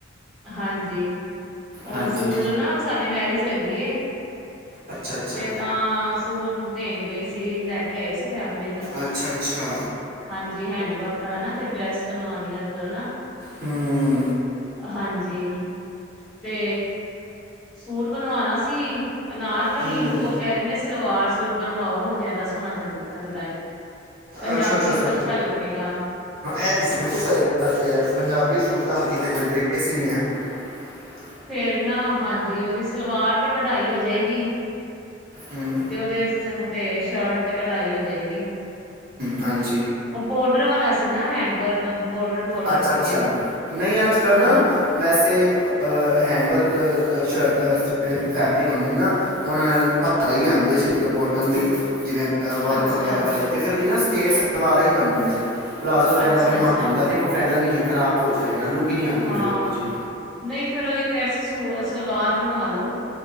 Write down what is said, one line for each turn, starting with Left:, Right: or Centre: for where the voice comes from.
Centre: ਹਾਂਜੀ। ਉਹ
Right: ਹਾਂਜੀ
Centre: ਸੂਰ ਨਾ ਸਾਡੇ ਮੈਰਿਜ ਹੈਗੀ।
Right: ਅੱਛਾ ਅੱਛਾ
Centre: ਤੇ ਤਾਂ ਸੂਟ ਦੇਣ ਗਏ ਸੀ ਲੈ ਕੇ <unintelligible>
Right: ਅੱਛਾ ਅੱਛਾ
Centre: ਹਾਂਜੀ ਹੈਂਡਵਰਕ ਵਾਲਾ ਨਾ ਤੇ ਡਰੈਸ ਬਣਵਾ। <unintelligible>
Right: ਹਮ।
Centre: ਹਾਂਜੀ ਤੇ ਸੂਟ ਬਣਵਾਣਾ ਸੀ। ਅਨਾਰਕਲੀ
Right: ਹੂੰ
Centre: ਉਹ ਕਹਿ ਰਹੇ ਨੇ ਸਲਵਾਰ। ਸੂਟ ਬਣਵਾਓ ਉਹ ਜਿਆਦਾ ਸੋਹਣਾ ਚ ਲੱਗਦਾ ਹੈ। ਪੰਜਾਬੀ
Right: ਅੱਛਾ ਅੱਛਾ
Centre: ਲੁੱਕ
Right: ਅੱਛਾ
Centre: ਲੱਗੇਗਾ
Right: ਇਹ ਤੁਸੀਂ ਬਿਲਕੁਲ ਸਹੀ ਗੱਲ ਕ ਪੰਜਾਬੀ ਸੂਟ। ਧਾਰ ਕੀਤੇ ਕੋਈ ਗ੍ਰੇਸ ਹੀ ਨਹੀਂ ਹੈ। <unintelligible>
Centre: ਫੇਿਰ ਨਾ ਹਾਂਜੀ ਉਹਦੀ ਸਲਵਾਰ ਤੇ ਕਢਾਈ ਹੋ ਜਾਏਗੀ।
Right: ਹਮ,
Centre: ਤੇ ਉਹ <unintelligible> ਤੇ ਸ਼ਰਟ ਤੇ ਕਢਾਈ ਹੋ ਜਾਏਗੀ
Right: ਹਾਂਜੀ
Centre: ਉਹ ਬੋਰਡਰ ਵਾਲਾ ਸੀ ਨਾ ਹੈਂਡ ਵਰਕ ਬੋਰਡਰ ਬੋਰਡਰ
Right: ਅੱਛਾ
Centre: ਸੀਗੇ
Right: ਅੱਛਾ ਨਹੀਂ ਅੱਜ ਕਲ
Centre: ਹਾਂ
Right: ਨਾ ਵੈਸੇ ਹੈਂਡਵਰਕ ਸ਼ਰਟ ਜਿਹੜੇ ਫੈਬਰਿਕ ਹੁੰਦੇ ਨੇ ਨਾ ਉਹਨਾਂ ਨਾਲ ਭਾਰੇ ਹੀ ਆਉਂਦੇ ਸੀ। ਮਤਲਬ ਬੋਟਮ ਵੀ ਜਿਵੇਂ ਵਰਕ
Centre: ਅੱਛਾ
Right: ਵਗੈਰਾ ਵਾਲੇ। ਫਿਰ ਦੀ ਨਾ ਸਟੇਟ ਸਲਵਾਰਾਂ ਹੀ ਬਣਦੀਆਂ ਨੇ। ਪਲਾਜ਼ੋ ਵਗੈਰਾ
Centre: ਅੱਛਾ
Right: ਬਣਵਾਉਣ
Centre: ਅੱਛਾ
Right: ਦਾ ਕੋਈ ਫਾਇਦਾ ਨਹੀਂ ਹੈ। ਖਰਾਬ ਹੋ ਜਾਏਗਾ ਲੁੱਕ ਹੀ ਨਹੀਂ ਆਉਂਦੀ
Centre: ਹਾਂ
Right: ਫਿਰ ਉਹ ਜੀ
Centre: ਨਹੀਂ ਫਿਰ ਉਹ ਕਹਿ ਸਲਵਾਰ ਬਣਵਾਲੋ।